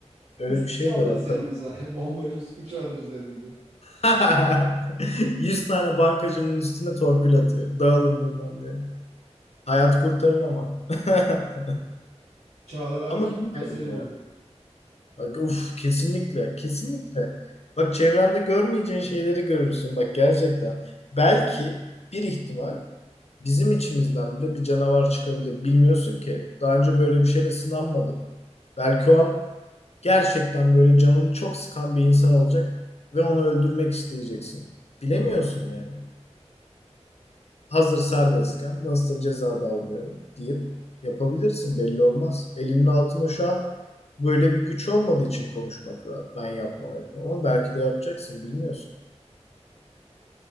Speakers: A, on the left; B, on the right.
A: Öyle
B: Uskuçu
A: bir şey
B: alırız
A: de var tabii.
B: yanımıza. <laughs> Bombacı uskuçu alırız yanımıza.
A: <laughs> 100 tane bankacının üstüne torpil atıyor. Dağılın buradan diye. Hayat kurtarır ama. <laughs>
B: Çağlar abi
A: Ama
B: kesin
A: bilmiyorum
B: Aysel'i vurur.
A: ya. Bak, uf kesinlikle. Kesinlikle. Bak çevrende görmeyeceğin şeyleri görürsün. Bak gerçekten. Belki bir ihtimal bizim içimizden bile bir canavar çıkabilir. Bilmiyorsun ki. Daha önce böyle bir şeyle sınanmadın. Belki o an gerçekten böyle canını çok sıkan bir insan olacak ve onu öldürmek isteyeceksin. Bilemiyorsun yani. hazır serbestken nasılsa ceza da almıyorum deyip yapabilirsin belli olmaz. Elinin altında şu an böyle bir güç olmadığı için konuşmak rahat. Ben yapmam etmem ama belki de yapacaksın bilmiyorsun.